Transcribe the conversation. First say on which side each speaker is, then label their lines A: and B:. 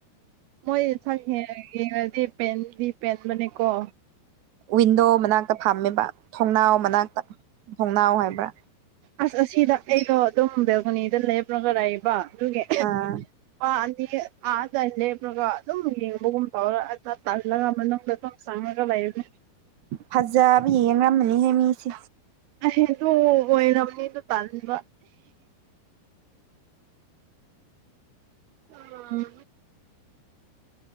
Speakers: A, on the right; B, on the right.
A: ꯃꯣꯏ ꯁꯛ ꯌꯦꯡꯉꯗꯤ ꯄꯦꯟꯗꯤ ꯄꯦꯟꯕꯅꯦꯀꯣ
B: ꯋꯤꯟꯗꯣ ꯃꯅꯥꯛꯇ ꯐꯥꯝꯃꯦꯕ ꯊꯣꯡꯅꯥꯎ ꯃꯅꯥꯛꯇ ꯊꯣꯡꯅꯥꯎ ꯍꯥꯏꯕ꯭ꯔꯥ
A: ꯑꯁ ꯑꯁꯤꯗ ꯑꯩꯗꯣ ꯑꯗꯨꯝ ꯕꯦꯜꯒꯣꯅꯤꯗ ꯂꯦꯞ꯭ꯔꯒ ꯂꯩꯥꯛꯏꯕ ꯑꯗꯨꯒꯤ
B: ꯑꯥ
A: ꯑꯅꯤ ꯑ ꯑꯂꯦꯒ ꯂꯧꯧ ꯄꯔ ꯇꯥꯥꯟꯂꯒ ꯃ ꯅ ꯁꯥꯡꯉ ꯀ ꯥꯏꯛ
B: ꯐꯖꯥꯕ ꯌꯦꯡꯔꯝ ꯃꯅꯤꯅꯦ ꯃꯤꯁꯤ
A: ꯍꯦꯣ ꯑꯣꯏꯔꯝꯅꯤꯣ ꯇꯥꯟꯕ ꯎ